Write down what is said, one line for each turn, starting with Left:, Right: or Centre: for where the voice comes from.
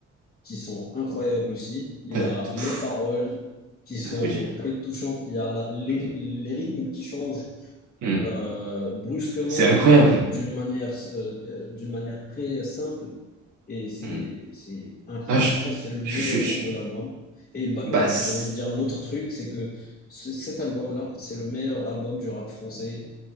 Left: qui sont incroyables aussi. Il
Right: T'as
Left: y a
Right: pff,
Left: les paroles qui sont
Right: t'as tout dit.
Left: très touchantes. Il y a la- les,
Right: Mm.
Left: les rythmes qui changent
Right: Mm.
Left: euh, brusquement,
Right: C'est incroyable.
Left: mais d'une manière, euh, euh, d'une manière très simple. Et c'est,
Right: Mm.
Left: c'est incroyable.
Right: Ah, je,
Left: Je pense que c'est le meilleur
Right: je, je- je-
Left: son de l'album. Et bah,
Right: bah,
Left: euh,
Right: c'est-
Left: j'ai envie de dire un autre truc, c'est que ce- cet album-là, c'est le meilleur album du rap français,